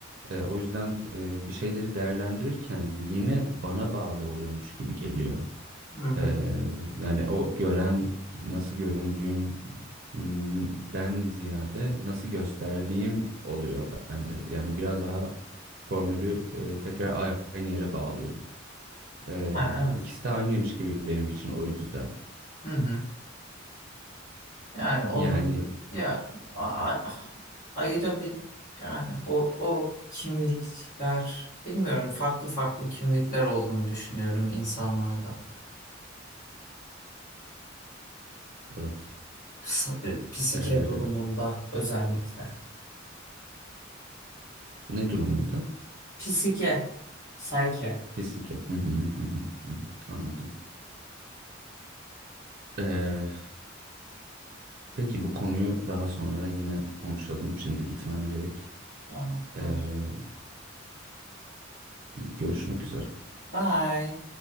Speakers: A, on the right (about 50°); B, on the left (about 45°).
A: Eee, o yüzden eee, bir şeyleri değerlendirirken yine bana bağlı oluyormuş gibi geliyor.
B: Hı hı.
A: Eee, yani o gören nasıl göründüğümden ziyade nasıl gösterdiğim oluyor bende. Yani biraz daha formülü eee, tekrar aynı yere bağlıyorum. Ee,
B: Yani evet.
A: ikisi de aynıymış gibi benim için o yüzden.
B: Hı hı. Yani onları
A: Yani
B: ya a- ayrı bir yani o o kimlikler bilmiyorum farklı farklı kimlikler olduğunu düşünüyorum insanlarda.
A: evet.
B: Ps- Psike
A: Ee,
B: durumunda özellikle.
A: ne durumunda?
B: Psike. Sayke.
A: Pislik ya. Hı hı, hı hı, hı hı. Anladım. Ee, peki bu konuyu daha sonra yine konuşalım. Şimdi gitmem gerek.
B: Tamam konuş.
A: Ee, görüşmek üzere.
B: Bye.